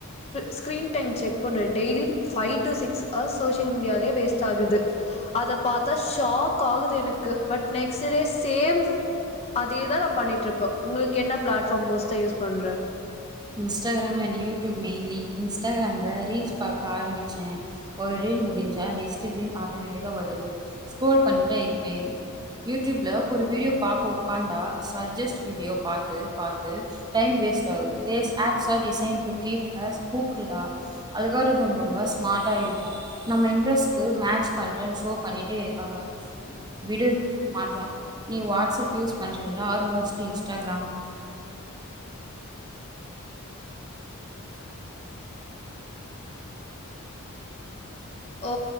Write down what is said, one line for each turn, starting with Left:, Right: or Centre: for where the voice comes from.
Left: ஸ்கிரீன் டைம் செக் பண்ணுவே daily five to six hours சோஷி வெச்சிருக்க முடியாது பே வேஸ்ட் ஆகுது அத பாத்த சாக் ஆகுது எனக்கு பட் நெக்ஸ்ட் டே சேம் அதேதா நா பண்ணிட்டு இருப்போ உங்களுக்கு என்ன பிளாட்ஃபாம் மோஸ்டா யூஸ் பண்ற
Right: இன்ஸ்டாக்ராம் அண் யூடூப் மெயின்லி இன்ஸ்டாக்ராம்ல ரீல்ஸ் பாக்க ஆரம்பிச்சே ஒரு ரீல் முடிஞ்சா நெக்ஸ்ட் ரீல் ஆட்டோமேட்டிக்கா வருது ஸ்கோர் பண்ணிட்டா இருப்பேன் யூடுப்லல் ஒரு வீடியோ பாக்க உட்காந்தா சஜஸ்ட் வீடியோ பாத்து பாத்து டைம் வேஸ்ட் ஆகுது these apps are design keep us ஊக்குடுடா அல்காரிதம் ரொம்ப ஸ்மார்ட்டா இருக்கு நம்ம இன்ட்ரெஸ்ட்கு மேட்ச் கன்டன் ஷோ பண்ணிட்டே இருக்காங்க விடு மாற்றோ நீ வாட்ஸ் அப் யூஸ் பண்ணுறீங்களா ஆர் மோஸ்ட் இன்ஸ்டாகிராம்
Left: ஓ